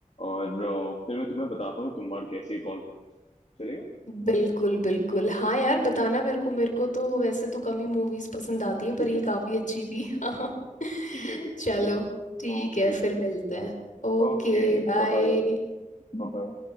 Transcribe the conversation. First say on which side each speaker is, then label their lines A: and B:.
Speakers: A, on the left (about 50°); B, on the left (about 70°).
A: और अ, फिर मैं तुम्हें बताता हूँ कि तुम्बाड़ कैसी है कॉल करके चलेगा
B: बिल्कुल बिल्कुल हाँ यार बताना मेरे को मेरे को तो वैसे तो कम ही मूवीज पसंद आती
A: <laughs>
B: है पर ये काफ़ी अच्छी थी <laughs> हाँ
A: ठीक है ठीक है
B: चलो
A: मतलब
B: ठीक
A: ओके
B: है फिर मिलते हैं Okay
A: Okay
B: bye
A: bye बाय बाय।